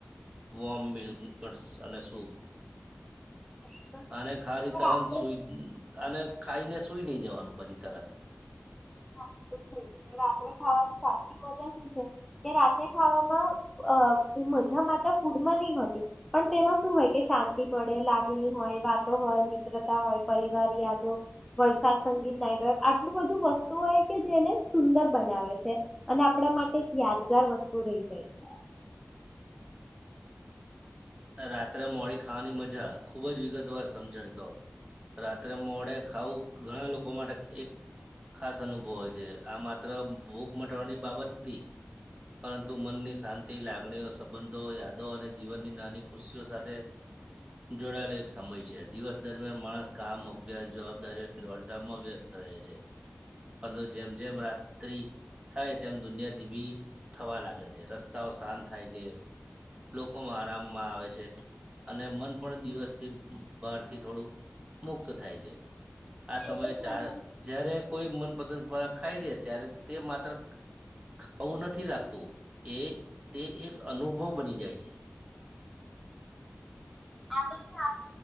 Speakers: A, on the right (about 25°); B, in the centre.
A: વોમ મિલ્ક, નટસ અને સૂપ
B: એ તો છે
A: અને ખાવાથી તરંત
B: રાતે
A: સુઈ અને ખાઈને સુઈ નહ જવાનું પછી તરત.
B: આ તો છે જ કે રાત્રે ખાવાની સા પછી મજા શું છે. તે રાતે ખાવામાં અહ મજા માત ફૂડમાં નહી હોતી, પણ તેમાં શું હોય કે શાંતિ મળે, લાગણી હોય, વાતો હોય, મિત્રતા હોય, પરિવાર, યાદો, વરસાદ, સંગીત નાઈટ હોય આ એટલું બધું વસ એટલે કે જેને સુંદર બનાવે છે, અને આપણા માટે એક યાદગાર વસ્તુ રહી જાય છે.
A: અને રાત્રે મોડી ખાવાની મજા ખુબ જ વિગતવાર સમજણ તો, રાત્રે મોડે ખાવું ઘણા લોકો માટે એક ખાસ અનુભવ હોય છે. આ માત્ર ભૂખ મટાવાની બાબત નથી, પરંતુ મનની શાંતિ, લાગણીઓ, સંબંધો યાદો અને જીવનની નાની ખુશીઓ સાથે જોડાયેલો એક સમય છે. દિવસ દરમિયાન માણસ કામ, અભ્યાસ, જવાબદારીની દોડધામમાં વ્યસ્ત રહે છે, પરંતુ જેમ-જેમ રાત્રિ થાય તેમ દુનિયા ધીમી થવા લાગે છે. રસ્તાઓ શાંત થાય છે, લોકોમાં આરામ માં આવે છે અને મન પણ દિવસથી બહારથી થોડુંક મુક્ત થાય છે.
B: હા
A: આ સમયે
B: એ તો છે
A: ચાર
B: અને
A: જયારે કોઈ મન પસંદ ખોરાક ખાય છે ત્યારે તે માત્ર ખાવું નથી લાગતું, એ તે એક અનુભવ બની જાય છે.
B: આ તો છે આપ